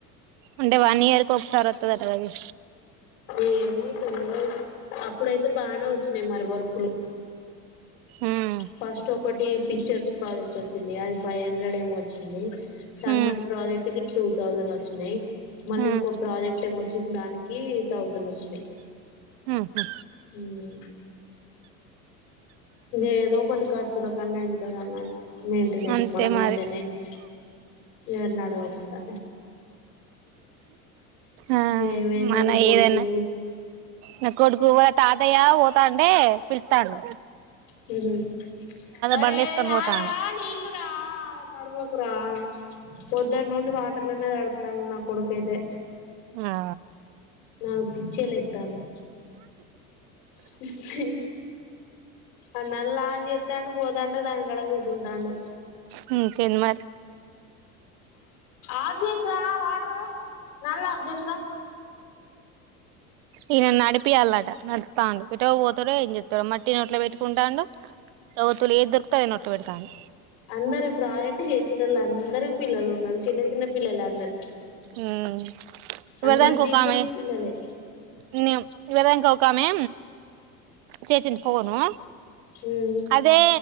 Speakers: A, on the right (about 60°); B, on the left (about 70°).
A: అంటే వన్ ఇయర్ కు ఒకసారి వస్తుంది అంట
B: ఏమో తెలవదు అప్పుడైతే బానే వచ్చినాయి మరి వర్కులు
A: ఉమ్
B: ఫస్ట్ ఒకటి పిక్చర్స్ ప్రాజెక్ట్ వచ్చింది అది ఫైవ్ హండ్రెడ్ ఏమో వచ్చింది సన్మద్
A: ఉమ్
B: ప్రాజెక్ట్ కి టూ థౌజండ్ వచ్చినయి మళ్ళీ
A: ఉమ్
B: ఇంకో ప్రాజెక్ట్ ఏమ వచ్చింది దానికి కే థౌజండ్ వచ్చినయ్
A: ఉహు
B: ఉమ్ ఏదో ఒకటి కచుల కన్నా అయితే అన్నట్టు మెయింటెనెన్స్
A: అంతే
B: మన మెయింటెనెన్స్
A: మరి
B: ఎవరిని అడగకుండా.
A: ఆ
B: ఏ వైందిని
A: మన
B: కొడుకు
A: ఏదన్నా నా కొడుకు తాతయ్య పోతాండే పిలుస్తాడు
B: హు హు అరే
A: బండి ఏసుకొని
B: రారా
A: పోతాండు
B: నీళ్లు ఉన్నాయి రా థాడ్ పోకురా పొద్దు నుండి వాటర్ వాటర్ లనే తడుస్తున్నాడు నా కొడుకా అయితే
A: ఆ
B: నాకు పిచ్చి లేస్తుంది హు హు ఆ నల్ ఆజత్తను పో తండు ధంకాడా కుసుఉంటాడు
A: ఉమ్ ఇంకెం మరి
B: అద్రసా వాటరు నల్ అప్దేష
A: ఇ నడిపియాల అంటా నస్తా ఇటో టారో ఏం చెస్తారు మట్టి నోట్లో పెట్టుకుంటాండు ప్రవుతులు ఏది దొరుకుత అదిని నొట్ట పెడతాను
B: అందరు ప్రాజెక్ట్ చేసటళ్ళు అందరికి పిల్లలు ఉన్నారు చిన్న చిన్న పిల్లలు అందరికి
A: ఉమ్ ఇవదా
B: అందరు
A: కోక్కమ
B: డీపిలు పిల్లలే
A: ఉమ్ ఇవర ఇంకా ఉక్క మే చచన్ పోవను
B: ఉమ్
A: అదే